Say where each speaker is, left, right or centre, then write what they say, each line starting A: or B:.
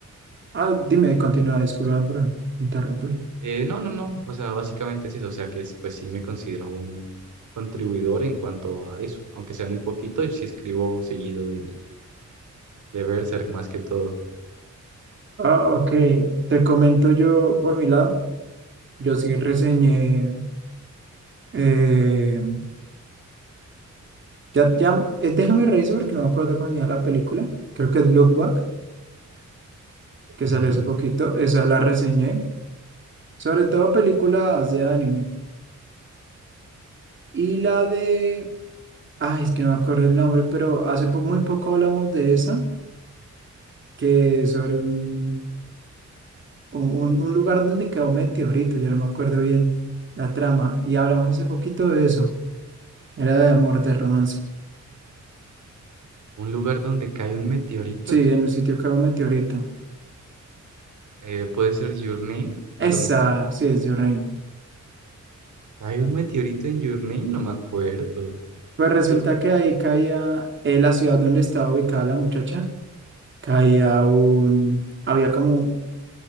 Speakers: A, on the right; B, on the right.
A: Ah, dime, continúa, disculpa por interrumpir.
B: eh, no, no, no, o sea, básicamente es eso, o sea que es- pues sí me considero un contribuidor en cuanto a eso, aunque sea muy poquito y sí escribo seguido de, de Berserk más que todo.
A: Ah, ok. Te comento yo por mi lado. Yo sí reseñé. eh, ya, ya, eh, déjame revisar porque no me acuerdo cómo se llama la película. Creo que es Look Back,
B: Ok.
A: que salió hace poquito. Esa la reseñé. Sobre todo películas de anime. Y la de... Ay, es que no me acuerdo el nombre, pero hace po- muy poco hablamos de esa, que es sobre un, un, un lugar donde quedó meteorito, ya no me acuerdo bien la trama. Y hablamos hace poquito de eso. Era de amor, de romance.
B: Un lugar donde cae un meteorito,
A: Sí, en el sitio quedó meteorito.
B: eh, puede ser Your Name,
A: Esa,
B: a lo mejor.
A: sí, es Your Name.
B: ¿Hay un meteorito en Your Name? No me acuerdo.
A: Pues resulta
B: ¿Sí?
A: que ahí caía, en la ciudad donde estaba ubicada la muchacha, caía un... Había como